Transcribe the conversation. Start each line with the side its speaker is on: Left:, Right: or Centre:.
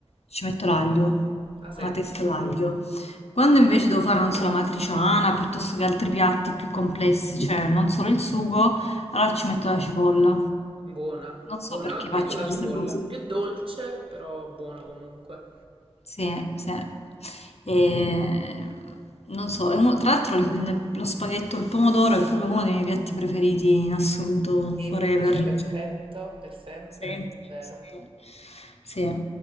Left: ci metto l'aglio,
Right: Ha senso.
Left: una testa d'aglio. Quando invece devo fare, non so, la matriciana, piuttosto che altri piatti più complessi, cioè non solo il sugo, allora ci metto la cipolla.
Right: Buona.
Left: Non
Right: Buona
Left: so perché
Right: anche
Left: faccio
Right: con la
Left: queste
Right: cipolla.
Left: cose.
Right: Più dolce, però buono comunque.
Left: Sì, sì. E, non so, è uno- tra l'altro il- lo spaghetto al pomodoro è proprio uno dei miei piatti preferiti in assoluto,
Right: Semplice,
Left: forever.
Right: perfetto,
Left: Mm. Cioè,
Right: per sempre,
Left: sempre,
Right: vero.
Left: sì. Sì.